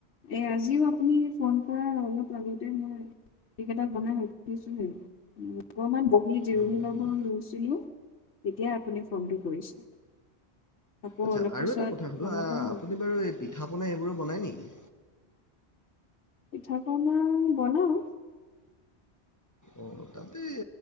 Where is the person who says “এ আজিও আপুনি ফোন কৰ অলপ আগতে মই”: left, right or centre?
Left